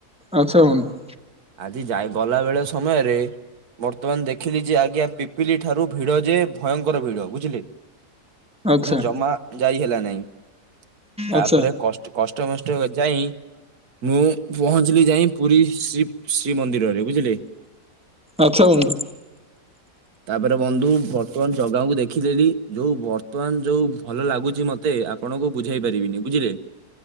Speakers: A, in the centre; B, on the right.
A: ଆଚ୍ଛା ବଂଧୁ।
B: ଆଜି ଯାଇ ଗଲା ବେଳେ ସମୟରେ। ବର୍ତ୍ତମାନ ଦେଖିଲି ଯେ ଆଜ୍ଞା ପିପିଲି ଠାରୁ ଭିଡ ଯେ ଭୟଙ୍କର ଭିଡ ବୁଝିଲେ।
A: ଆଚ୍ଛା
B: ମାନେ ଜମା ଯାଇ ହେଲା ନାଇଁ। ତାପରେ
A: ଆଚ୍ଛା
B: କଷ୍ଟ କଷ୍ଟେ ମଷ୍ଟେ ଯାଇ ମୁଁ ପହଞ୍ଚିଲି ଯାଇ - ପୁରୀ ଶ୍ରୀ ଶ୍ରୀ ମନ୍ଦିରରେ ବୁଝିଲେ।
A: ଆଚ୍ଛା ବନ୍ଧୁ
B: ତାପରେ ବନ୍ଧୁ ବର୍ତ୍ତମାନ ଜଗାକୁ ଦେଖିଦେଲି ଯୋଉ ବର୍ତ୍ତମାନ ଯୋଉ ଭଲ ଲାଗୁଚି ମତେ। ଆପଣଙ୍କୁ ବୁଝାଇ ପାରିବିନି ବୁଝିଲେ।